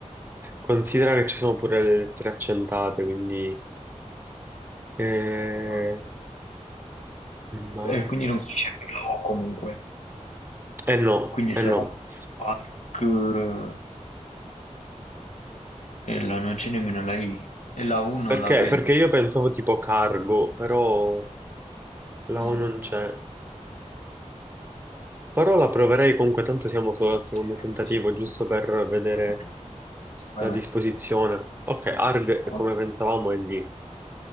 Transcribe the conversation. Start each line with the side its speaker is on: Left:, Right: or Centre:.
Right: Considera che ci sono pure le lettere accentate, quindi... Eh,
Left: Ah.
Right: ma...
Left: E quindi non finisce per la O comunque.
Right: Eh no,
Left: Quindi sarà
Right: eh no.
Left: ARC eh, e la, non c'è nemmeno la I e la U non
Right: Perché?
Left: la vedo.
Right: Perché io pensavo tipo cargo, però la
Left: Mm.
Right: O non c'è. Però la proverei comunque, tanto siamo solo al secondo
Left: Sì,
Right: tentativo,
Left: sì, sì,
Right: giusto
Left: sì.
Right: per vedere
Left: Sì, <clears throat> sì, sì, vai,
Right: la
Left: vai.
Right: disposizione. Ok, Arg,
Left: Ok,
Right: come pensavamo, è lì.